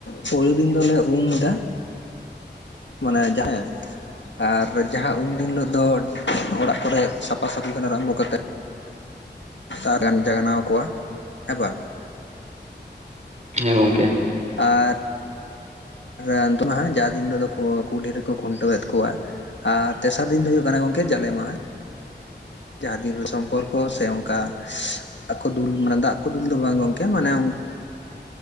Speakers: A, on the left; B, on the right.
A: ᱯᱩᱭᱞᱳ ᱫᱤᱱ ᱫᱚᱞᱮ ᱩᱢ ᱮᱫᱟ ᱢᱟᱱᱮ <unintelligible> ᱟᱨ ᱡᱟᱦᱟᱸ ᱩᱢ ᱫᱤᱱ ᱦᱤᱞᱳᱜ ᱫᱚ ᱚᱲᱟᱜ ᱠᱚᱨᱮ ᱥᱟᱯᱷᱟ ᱥᱟᱹᱯᱷᱤ ᱠᱷᱚᱱ ᱟᱨᱟᱢᱵᱚ ᱠᱟᱛᱮᱜ ᱟᱨ ᱡᱟᱜᱟᱣᱱᱟ ᱠᱚᱣᱟ ᱦᱮᱸ ᱵᱟᱝ
B: ᱦᱮᱸ ᱜᱚᱢᱠᱮ ᱾
A: ᱟᱫ ᱨᱟᱱ ᱛᱚᱱᱟ ᱦᱟᱸᱜ ᱡᱟ ᱫᱤᱱ ᱞᱚᱜ ᱫᱚᱠᱚ ᱠᱩᱞᱦᱤ ᱠᱷᱩᱱᱴᱟᱹᱣᱮᱫ ᱠᱚᱣᱟ ᱟᱨ ᱛᱮᱥᱟᱨ ᱫᱤᱱ ᱫᱚ ᱦᱩᱭᱩᱜ ᱠᱟᱱᱟ ᱜᱚᱢᱠᱮ ᱡᱟᱞᱮ ᱢᱟᱦᱟ ᱡᱟᱦᱟᱸ ᱫᱤᱱᱨᱮ ᱥᱚᱢᱯᱚᱨᱠᱚ ᱥᱮ ᱚᱱᱠᱟ ᱫᱟᱜ ᱠᱚ ᱫᱩᱞ ᱢᱟᱱᱮ ᱫᱟᱜ ᱠᱚ ᱫᱩᱞ ᱫᱚ ᱵᱟᱝ ᱜᱚᱢᱠᱮ ᱢᱟᱱᱮ